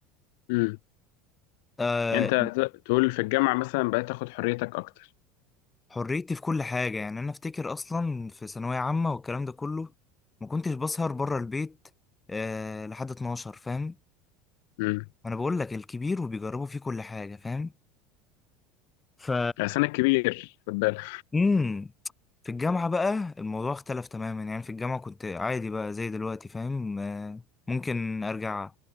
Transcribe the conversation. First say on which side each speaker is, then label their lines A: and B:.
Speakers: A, on the left; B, on the left.
A: امم
B: آه
A: يعني انت ت- تقول في الجامعه مثلا بقيت تاخد حريتك اكتر
B: حريتي في كل حاجة يعني أنا أفتكر أصلا في ثانوية عامة والكلام ده كله ما كنتش بسهر بره البيت آه لحد 12 فاهم
A: امم
B: وانا بقول لك الكبير وبيجربوا فيه كل حاجه فاهم ف
A: عشان انا كبير خد بالك
B: امم في الجامعة بقى الموضوع اختلف تماما يعني في الجامعة كنت عادي بقى زي دلوقتي فاهم آه، ممكن ارجع